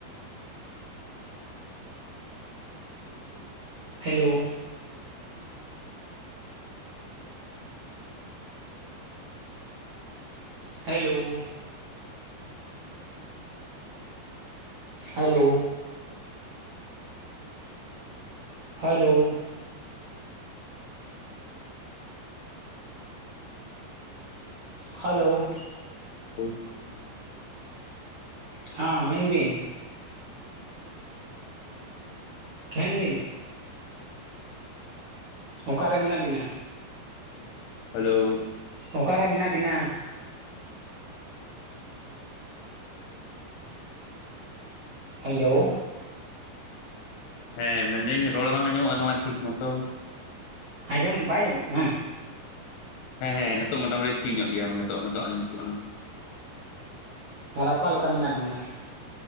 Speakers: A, on the right (about 75°); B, on the left (about 80°).
A: Hello hello hello hello hello
B: ᱦᱳᱭ
A: ᱦᱟ. ᱢᱮᱱ ᱵᱤᱱ᱾ ᱢᱮᱱᱵᱤᱱ᱾ ᱚᱠᱟᱨᱮ ᱢᱮᱱᱟᱜ ᱵᱤᱱᱟ?
B: ᱦᱮᱞᱳ
A: ᱚᱠᱟᱨᱮ ᱢᱮᱱᱟᱜ ᱵᱤᱱᱟ? ᱦᱮᱞᱳ
B: ᱦᱮᱸ ᱢᱮᱱᱫᱟᱹᱧ ᱨᱚᱲ ᱵᱟᱝ ᱟᱸᱡᱚᱢᱚᱜ ᱠᱟᱱᱟ ᱛᱟᱢᱟ ᱴᱷᱤᱠ ᱢᱚᱛᱚ᱾
A: ᱟᱸᱡᱚᱢ ᱵᱟᱭ ᱟᱡᱚᱢᱚᱜ ᱠᱟᱱᱟ?
B: ᱦᱮᱸ ᱦᱮᱸ ᱱᱤᱛᱚᱜ ᱢᱚᱴᱟ ᱢᱩᱴᱤ ᱴᱷᱤᱠ ᱧᱚᱜ ᱜᱮᱭᱟ ᱱᱤᱛᱚᱜ ᱱᱤᱛᱚᱜ ᱟᱸᱡᱚᱢ ᱡᱩᱛᱩᱜ ᱠᱟᱱᱟ᱾
A: ᱦᱮᱸ ᱟᱨ ᱚᱠᱟᱞᱮᱠᱟ ᱢᱮᱱᱟᱜ ᱵᱤᱱᱟ?